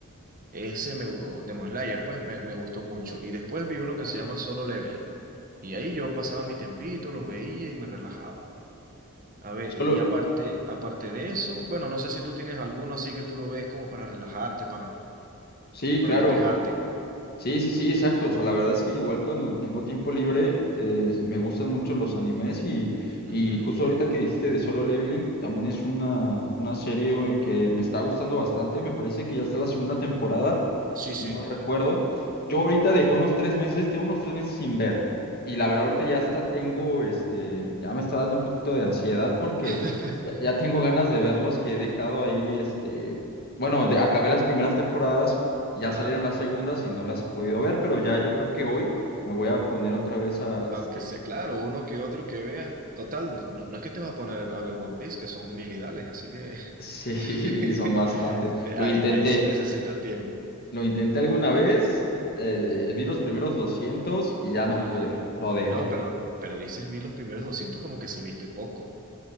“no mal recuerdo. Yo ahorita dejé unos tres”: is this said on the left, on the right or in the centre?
Left